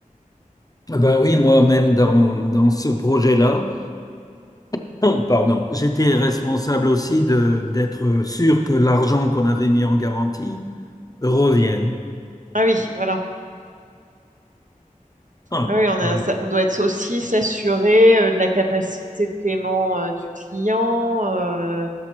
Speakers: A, on the left; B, on the right.
A: Ah ben oui, moi-même, dans, dans ce projet-là, <laughs> <coughs> Pardon. J'étais responsable aussi de d'être sûr que l'argent qu'on avait mis en garantie revienne.
B: Ah oui, voilà.
A: Hum,
B: Ah Oui, on a-
A: Pardon.
B: ça- on doit être aussi s'assurer euh, de la capacité de paiement euh, du client, euh,